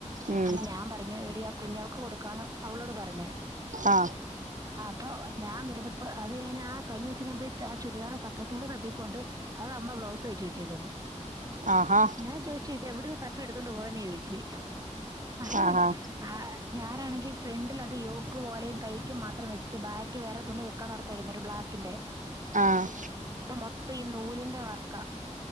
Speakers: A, on the right (about 85°); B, on the right (about 30°).
A: ഉം
B: അപ്പൊ ഞാൻ പറഞ്ഞു എടി ആ കുഞ്ഞാവക്ക് കൊടുക്കാന്ന് അവളോട് പറഞ്ഞു
A: ആ
B: ആഹ് അപ്പൊ ഞാൻ വരുന്നപ്പോ അത് കഴിഞ്ഞ് ആ കഴിഞ്ഞ ദിവസം ഞാൻ പോയി ആഹ് ചുരിദാറ് തപ്പിയപ്പോ തുണി തപ്പിയപ്പൊ ആണ്ട് അത് അമ്മ ബ്ലൗസ് തയ്ച്ച് വെച്ചേക്കുന്നു
A: ആഹാ
B: ഞാൻ ചോയിച്ച് ഇത് എവിടന്ന് തപ്പി എടുത്തോണ്ട് പോയെന്ന് ചോദിച്ചു അത് കൊണ്ട്
A: ആഹാ
B: ആഹ് ഞാനാണെങ്കിൽ ഫ്രണ്ടിൽ അത് യോക്ക് പോലെയും കൈക്കും മാത്രം വെച്ചിട്ട് ബായ്ക്ക് വേറെ തുണി വെക്കാന്ന് ഓർ ത്താരുന്നു ഒരു ബ്ലാക്കിന്റെ
A: ആഹ്
B: അപ്പം മൊത്തം ഈ നൂലിന്റെ വർക്കാ